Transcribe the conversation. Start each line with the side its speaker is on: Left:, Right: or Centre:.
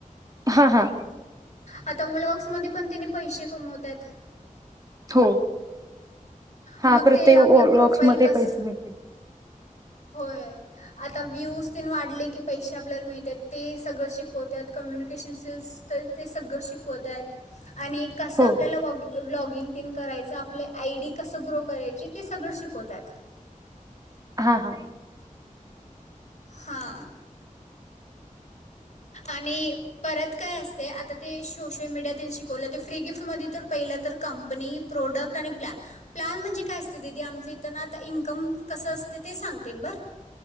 Right: हा हा
Left: आता ब्लॉक्समध्ये पण तेनी पैसे कमवत्यात
Right: हो हा
Left: मग
Right: प्रत्येक
Left: ते आपलं प्रोफाईल
Right: लॉक्स मध्ये
Left: कस
Right: पैसे मिळत्यात
Left: होय आता व्ह्यूज तेन वाढले की पैसे आपल्याला मिळत्यात ते सगळं शिकवत्यात कम्युनिकेशन स्किल्स तर ते सगळं शिकवतात आणि कसं
Right: हो
Left: आपल्याला वॉग ब्लॉगिंग तेन करायचं आपले आय डी कस ग्रो करायचे ते सगळं शिक शिकोतात
Right: हा हा
Left: हा आणि परत काय असते आता ते सोशल मीडियातील शिकवलं ते फ्री गिफ्टमध्ये तर पहिलं तर कंपनी प्रोडक्ट आणि प्लॅन प्लॅन म्हणजे काय असते दीदी आमच इथ ना आता इन्कम कसं असते ते सांगते बरं